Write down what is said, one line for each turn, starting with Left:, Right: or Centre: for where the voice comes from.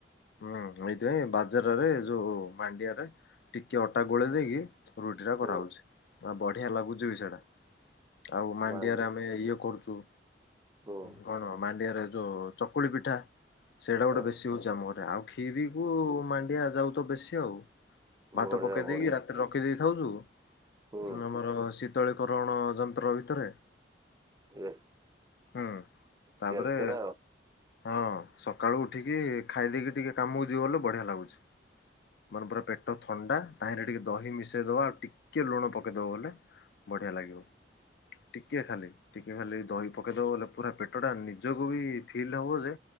Left: ହୁଁ। ଏଇଥିପାଇଁ ବାଜାରରେ ଯୋଉ ମାଣ୍ଡିଆରେ ଟିକେ ଅଟା ଗୋଳେଇ ଦେଇକି ରୁଟି ଟା କରାହେଉଛି।
Right: ହୁଁ
Left: ଆଉ ବଢିଆ ଲାଗୁଛି ବି ସେଟା। ଆଉ ମାଣ୍ଡିଆରେ
Right: ମାଣ୍ଡି
Left: ଆମେ ଇଏ କରୁଚୁ
Right: ହୁଁ।
Left: କଣ ମାଣ୍ଡିଆରେ ଯୋଉ ଚକୁଳି ପିଠା, ସେଇଟା ଗୋଟେ
Right: ଏ
Left: ବେଶି ହଉଛି ଆମ ଘରେ। ଆଉ କ୍ଷୀରିକୁ ମାଣ୍ଡିଆ ଜାଉ ତ ବେଶି ଆଉ। ଭାତ
Right: ବଢିଆ
Left: ପକେଇ
Right: ବଢିଆ
Left: ଦେଇକି ରା ରଖି ଦେଇଥାଉ ଯୋଉ
Right: ହୁଁ
Left: ଆମର ଶୀତଳୀକରଣ ଯନ୍ତ୍ର ଭିତରେ
Right: ଏ
Left: ହୁଁ ତାପରେ।
Right: କେରକେରା
Left: ହଁ ସକାଳୁ ଉଠିକି ଖାଇ ଦେଇକି ଟିକେ କାମକୁ ଯିବ ବଲେ ବଢିଆ ଲାଗୁଛି। ମରେ ପୁରା ପେଟ ଥଣ୍ଡା ତାହିରେ ଟିକେ ଦହି ମିଶେଇ ଦବା ଆଉ ଟିକେ ଲୁଣ ପକେଇଦବା ବଲେ। ବଢିଆ ଲାଗିବ। ଟିକେ ଖାଲି ଟିକେ ଖାଲି ଦହି ପକେଇଦବ ବଲେ ପୁରା ପେଟଟା ନିଜକୁ ବି। ଫିଲ୍ ହବ ଯେ